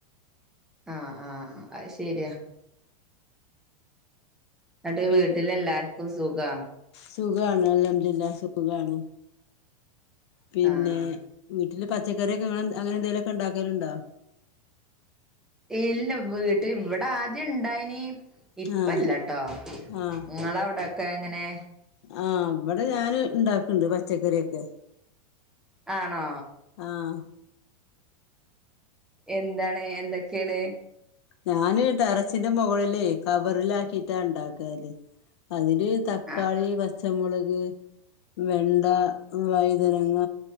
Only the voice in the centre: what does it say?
ആഹ്, ആഹ്, ആഹ് അയ് ശെരിയാ എന്നിട്ട്
വീട്ടിൽ എല്ലാർക്കും സുഖാ
ആഹ്
ഇല്ല വീട്ടിൽ ഇവിടെ ആദ്യം ഇണ്ടായിനി ഇപ്പല്ലട്ടോ,
ഇങ്ങളവിടെക്കെ എങ്ങനെ
ആണോ
എന്താണ്? എന്തൊക്കെയാണ്
ആ